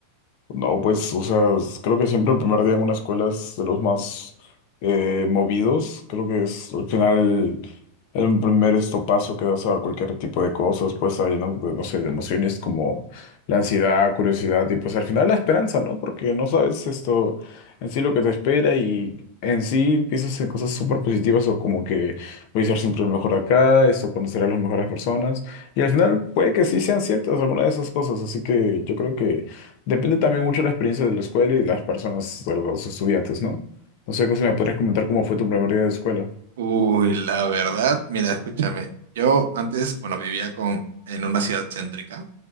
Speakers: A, on the left (about 40°); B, on the right (about 80°).
A: No, pues, o sea, s- creo que siempre el primer día en una escuela es de los más eh, movidos. Creo que es al final el primer estopazo que das a cualquier tipo de cosas, pues está lleno de, no sé, de emociones como la ansiedad, curiosidad y pues al final la esperanza, ¿no? Porque no sabes esto en sí lo que te espera y en sí piensas en cosas súper positivas o como que voy a ser siempre el mejor acá, esto conocer a las mejores personas y al final puede que sí sean ciertas algunas de esas cosas, así que yo creo que Depende también mucho de la experiencia de la escuela y de las personas, de los estudiantes, ¿no? No sé, si me podrías comentar cómo fue tu primer día de escuela.
B: Uy, la verdad, mira, escúchame, yo antes, bueno, vivía con, en una ciudad céntrica